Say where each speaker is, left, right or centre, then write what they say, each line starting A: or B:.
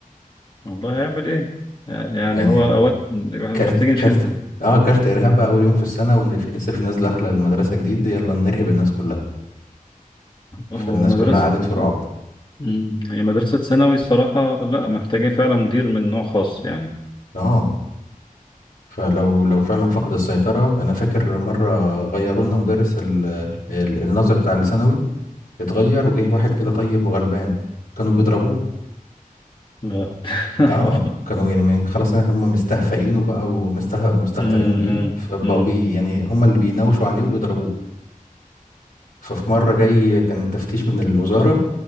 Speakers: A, on the left (about 35°); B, on the left (about 85°).
A: والله هيعمل ايه يعني
B: يعني
A: هو اوقات محتاجين
B: كارت كارت
A: شدة
B: اه كارت ارهاب بقى اول يوم في السنه وفي لسه في ناس داخله المدرسه جديد يلا نرهب الناس كلها فالناس
A: هو مدرسة
B: كلها قعدت في رعب
A: مم. هي مدرسة ثانوي الصراحة لا محتاجين فعلا مدير من نوع خاص يعني
B: اه فلو لو فعلا فقد السيطره انا فاكر مره غيروا لنا مدرس ال... ال... النظر بتاع الثانوي اتغير وجه واحد كده طيب وغلبان كانوا بيضربوه
A: لا <laughs>
B: اه
A: حول
B: كانوا يعني من خلاص هم مستهفئينه بقى ومسته... ومستهترين
A: مم،
B: بيه
A: مم،
B: فبقوا
A: مم،
B: بي... يعني هم اللي بيناوشوا عليه وبيضربوه ففي مره جاي كان تفتيش من الوزاره